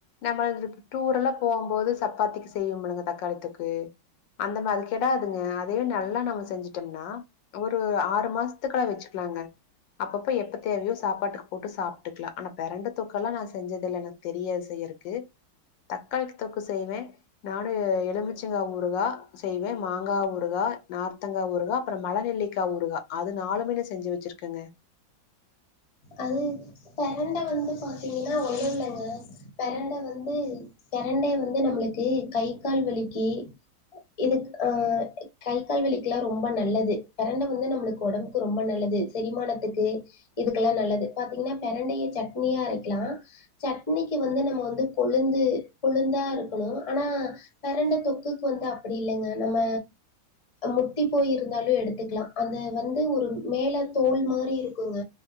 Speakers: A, on the left; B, on the left.
A: நம்ம <unintelligible> டூர் எல்லா போம் போது சப்பாத்திக்கு செய்வோமில்லங்க தக்காளி தொக்கு அந்த மாரி கேடாதுங்க அதவே நல்லா நம்ம செஞ்சுட்டோம்னா ஒரு ஆறு மாசத்துக்கல்ல வச்சுக்கலாங்க அப்பப்ப எப்ப தேவையோ சாப்பாட்டுக்கு போட்டு சாப்ட்டுக்கலா ஆனா பெரண்ட தொக்கல்லா நா செஞ்சதில்ல எனக் தெரியா செய்றக்கு தக்காளி தொக்கு செய்வே நானு எலுமிச்சங்கா ஊருகா செய்வே மாங்கா ஊருகா நார்த்தங்க ஊருகா அப்பற மழ நெல்லிக்கா ஊருகா அது நாளுமே செஞ்சு வச்சிருக்கங்க
B: அது பிரண்ட வந்து பாத்தீங்கன்னா ஒண்ணுல்லங்க பிரண்ட வந்து பிரண்டை வந்து நம்ளுக்கு கை கால் வலிக்கி இது ஆ கை கால் வலிக்கெல்லா ரொம்ப நல்லது பெரண்ட வந்து நம்ளுக்கு ஒடம் கு ரெம்பா நல்லது செரிமானத்துக்கு இதுக் லா நல்லது பாத்தீங்கன்னா பெரண்டைய சட்னியா அரைக்லா சட்னிக்கு வந்து நம்ம வந்து கொழுந்து கொழுந்தா இருக்கணு ஆனா பெரண்ட தொக்குக்கு வந்து அப்டி இல்லங்க நம்ம முத்தி போயிருந்தாலு எடுத்துக்லா அந்த வந்து ஒரு மேல தோல் மாரி இருக்குங்க